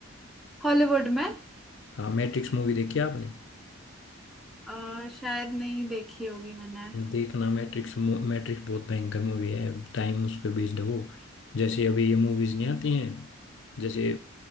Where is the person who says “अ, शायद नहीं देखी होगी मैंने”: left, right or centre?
Centre